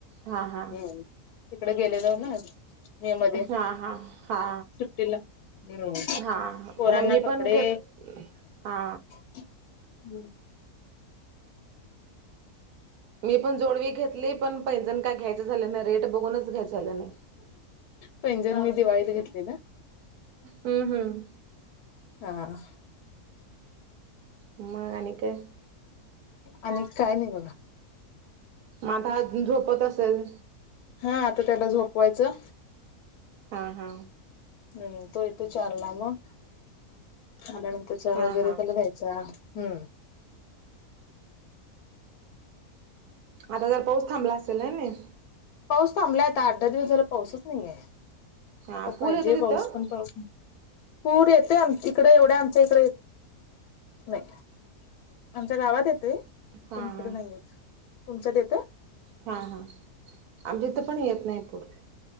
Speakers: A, on the right; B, on the left.
A: हा हा
B: हम्म तिकडे गेलेलंऊ ना मे मध्ये
A: हा हा हा
B: सुट्टीला हम्म
A: हा मम्
B: पोरांना
A: ममी
B: कपडे
A: पण घेत हा
B: <unintelligible>
A: मी पण जोडवी घेतली पण पहिजण काय घ्यायचं झाले नाही रेट बघूनच घ्याय झालं नाही.
B: पैंजण मी दिवाळीला घेतली ना.
A: हम्म हम्म
B: हा.
A: मग आणि काय.
B: आणि काय नाही बघा.
A: म आता झोपत असेल.
B: हा आता त्याला झोपवायचं
A: हा हा.
B: हम्म तो येतो चारला मग आल्यानंतर चहा
A: हा
B: वगैरे
A: हा
B: त्याला द्यायचं. अच्छा हम्म.
A: आता जर पाऊस थांबला असेलय हाय ना.
B: पाऊस थांबलाय आता अठ दहा दिवस झाला पाऊसच नाहीये
A: हा
B: तर
A: पूर
B: पाहिजे
A: येतो तिथं
B: पाऊस पण पाऊस नाही. पूर येते आम इकडे एवढ्या आमच्या इकडे य नाही आमच्या गावात येतय
A: हा
B: पण इकड
A: हा
B: नाही येत तुमच्यात येतं.
A: हा हा आमच्या इथं पण येत नाही पूर.